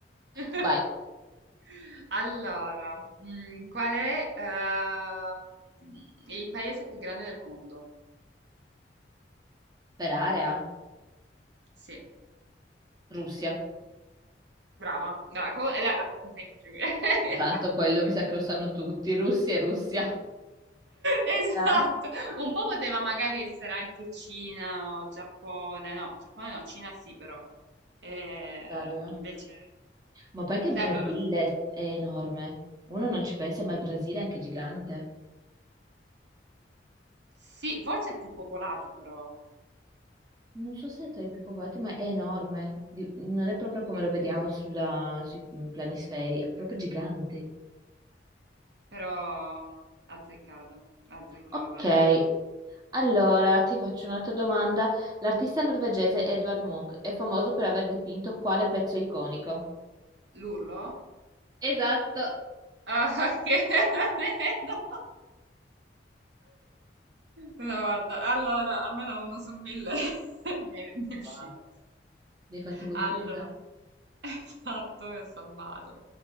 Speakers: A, on the right; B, on the right.
A: <laughs>
B: Vai,
A: Allora, mm, qual è ehm, il paese più grande del mondo?
B: per area,
A: Sì.
B: Russia.
A: Brava, brava, que- eh, era fatta semplice. <laughs>
B: Tanto quello mi sa che lo sanno tutti, Russia e Russia.
A: Esatto,
B: Ora,
A: un po' poteva magari essere anche Cina o Giappone, no, Giappone no, Cina sì però, Eh,
B: dai, dov'è?
A: invece
B: Ma poi anche
A: dai,
B: il Brasile
A: lo- lo-
B: è enorme. Uno non ci pensa, ma il Brasile è anche gigante.
A: sì, forse è più popolato però,
B: Non so se è tra i più popolati, ma è enorme. Di- non è proprio come lo vediamo sulla- sui planisferi, è proprio gigante.
A: però mh, azzeccata, azzeccata.
B: Ok, allora ti faccio un'altra domanda. L'artista norvegese Edvard Munch è famoso per aver dipinto quale pezzo iconico?
A: L'urlo?
B: Esatto.
A: Ah, <laughs> che almeno. No, guarda, allora, almeno uno su mille <laughs> mi è, mi è uscito.
B: Ah, Ne hai fatti moltiplicare?
A: Allora, <laughs> esatto, mi ho salvato.